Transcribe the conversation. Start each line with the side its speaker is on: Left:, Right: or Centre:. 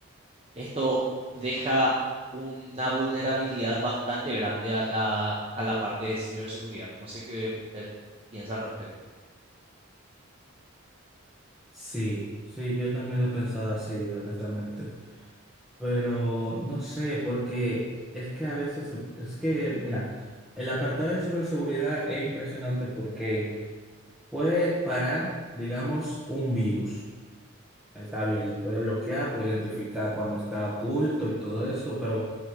Right: Esto deja una vulnerabilidad bastante grande a la, a la parte de ciberseguridad. No sé qué usted piensa al respecto.
Centre: Sí, sí, yo también lo he pensado así, honestamente. Pero no sé, porque es que a veces, se- es que, mira, el apartado de ciberseguridad es impresionante porque puede parar, digamos, un virus. Está bien, lo puede bloquear, puede identificar cuando está oculto y todo eso, pero